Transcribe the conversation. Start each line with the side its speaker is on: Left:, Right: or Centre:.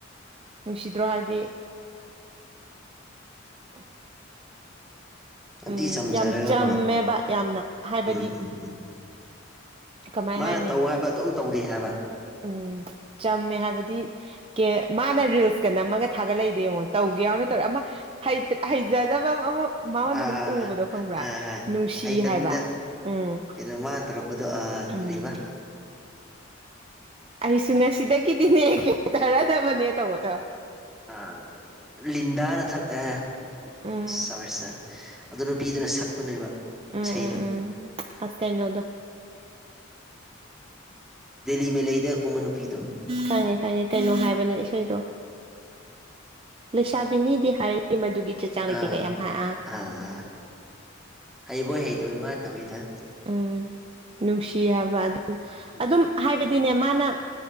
Right: ꯅꯨꯡꯁꯤꯗ꯭ꯔꯣ ꯍꯥꯏꯗꯤ <unintelligible>
Centre: ꯁꯝꯇꯤ
Right: ꯎꯝ
Centre: ꯆꯝꯖꯔꯒꯀꯣ
Right: ꯌꯥꯝ ꯆꯝꯃꯦꯕ ꯌꯥꯝꯅ ꯍꯥꯏꯕꯗꯤ
Centre: ꯎꯝ ꯎꯝ ꯎꯝ
Right: ꯀꯃꯥꯏ
Centre: ꯃꯥꯅ
Right: ꯍꯥꯏꯅꯤ
Centre: ꯇꯧ ꯍꯥꯏꯕ ꯑꯗꯨꯝ ꯇꯧꯔꯤ ꯍꯥꯏꯕ
Right: ꯎꯝ ꯆꯝꯃꯦ ꯍꯥꯏꯕꯗꯤ ꯀꯦ ꯃꯥꯅ ꯔꯤꯜꯁꯀ ꯅꯝꯃꯒ ꯊꯥꯒꯠꯂꯛꯏꯗꯤ ꯌꯦꯡꯉꯣ ꯇꯧꯒꯦ ꯌꯥꯎꯅ ꯇꯧꯔꯦ ꯑꯃ ꯍꯩꯖꯗꯕ ꯑꯃ ꯃꯉꯣꯟꯗ
Centre: ꯑꯥ
Right: ꯑꯗꯨꯝ ꯎꯕꯗꯣ
Centre: ꯑꯥ
Right: ꯈꯪꯕ꯭ꯔꯥ
Centre: ꯑꯥ ꯍꯥꯏ
Right: ꯅꯨꯡꯁꯤ
Centre: ꯍꯩꯇꯕꯤꯗ
Right: ꯍꯥꯏꯕ ꯎꯝ
Centre: ꯀꯩꯅꯣ ꯃꯇ꯭ꯔꯣꯄꯗꯣ ꯑ
Right: ꯎꯝ
Centre: ꯀꯔꯤꯕ
Right: ꯑꯩꯁꯨ ꯉꯁꯤꯗꯒꯤꯗꯤꯅꯦ ꯈꯦꯡꯊꯔꯗꯕꯅꯦ ꯇꯧꯕꯗ
Centre: ꯑ ꯂꯤꯟꯗꯥ ꯅ ꯊꯥꯛ ꯑ
Right: ꯎꯝ
Centre: ꯁꯣꯔꯤ ꯁꯣꯔꯤ ꯑꯗꯨ ꯅꯨꯄꯤꯗꯨꯅ ꯁꯛꯄꯅꯦꯕ
Right: ꯎꯝ
Centre: ꯏꯁꯩꯗꯨꯝ
Right: ꯎꯝ ꯎꯝ ꯑꯁ ꯀꯥꯏꯩꯅꯣꯗꯣ
Centre: ꯗꯦꯜꯂꯤ ꯃ ꯂꯩꯗꯀꯨꯝꯕ ꯅꯨꯄꯤꯗꯣ
Right: ꯈꯪꯉꯦ ꯈꯪꯉꯦ ꯀꯩꯅꯣ ꯍꯥꯏꯕꯅꯦ ꯏꯁꯩꯗꯣ ꯂꯩꯁꯥꯕꯤꯅꯤꯗꯤ ꯍꯥꯏꯔꯤ ꯃꯗꯨꯒꯤ ꯆꯦ ꯆꯥꯡ ꯂꯩꯇꯦ
Centre: ꯑꯥ
Right: ꯀꯌꯥꯝ ꯍꯥꯑ
Centre: ꯑꯥ ꯑꯥ ꯍꯩꯕꯣꯏ ꯍꯩꯇꯕꯩ ꯃꯥꯅ ꯇꯧꯔꯤꯗ
Right: ꯎꯝ ꯅꯨꯡꯁꯤ ꯍꯥꯏꯕ ꯑꯗꯨꯝ
Centre: ꯎꯝ
Right: ꯑꯗꯨꯝ ꯍꯥꯏꯕꯗꯤꯅꯦ ꯃꯥꯅ